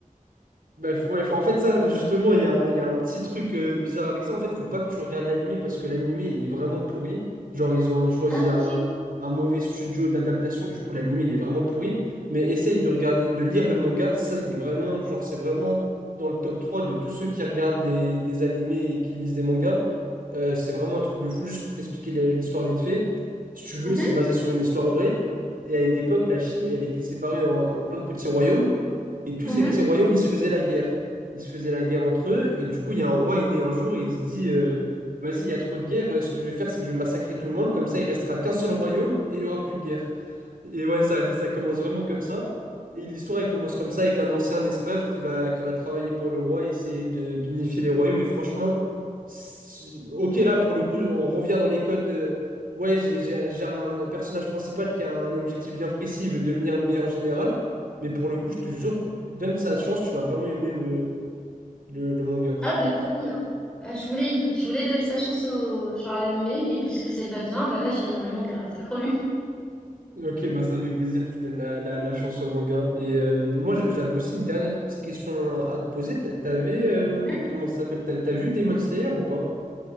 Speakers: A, on the right; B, in the centre.
A: Bah, faut- ouais, en fait, ça, justement, il y a un, il y a un petit truc euh, bizarre avec ça. En fait, faut pas que tu regardes l'animé parce que l'animé, il est vraiment pourri. Genre, ils ont choisi
B: Ah, ok.
A: un, un mauvais studio d'adaptation. Du coup, l'animé, il est vraiment pourri. Mais essaye de regarder, de lire le manga. Ça, il est vraiment, genre, c'est vraiment dans le top 3 de tous ceux qui regardent des, des animés et qui lisent des mangas. Euh, c'est vraiment un truc de fou. Juste pour t'expliquer la- l'histoire vite fait. Si tu veux,
B: Mhm,
A: c'est basé sur une histoire vraie. Et à une époque, la Chine, elle était séparée en en plein de petits royaumes. Et tous
B: mhm.
A: ces petits royaumes, ils se faisaient la guerre. Ils se faisaient la guerre entre eux. Et du coup, il y a un roi, il naît un jour et il se dit, euh, vas-y, il y a trop de guerre. euh, Ce que je vais faire, c'est que je vais massacrer tout le monde. Comme ça, il restera qu'un seul royaume et il y aura plus de guerre. Et ouais, ça, ça commence vraiment comme ça. Et l'histoire, elle commence comme ça avec un ancien esclave qui va, qui va travailler pour le roi et essayer de- d'unifier les royaumes. Et franchement, si- ok, là, pour le coup, on revient dans les codes. euh, ouais, j'ai j'ai- j'ai un personnage principal qui a un objectif bien précis, il veut devenir le meilleur général. Mais pour le coup, je te jure, donne sa chance, tu vas vraiment aimer le, le, le manga.
B: Ah, le premier. hein. Ah, je voulais, je voulais donner sa chance au, genre à l'animé, mais puisque c'est pas bien, bah là, je vais lire le manga, c'est promis.
A: Ok, bah ça fait plaisir que tu donnes la, la, la chance au manga. Et euh, moi, je- j'avais aussi une dernière petite question à, à te poser. T'a- T'avais, euh,
B: Mhm.
A: comment ça s'appelle? T'a- T'as vu Demon Slayer ou pas?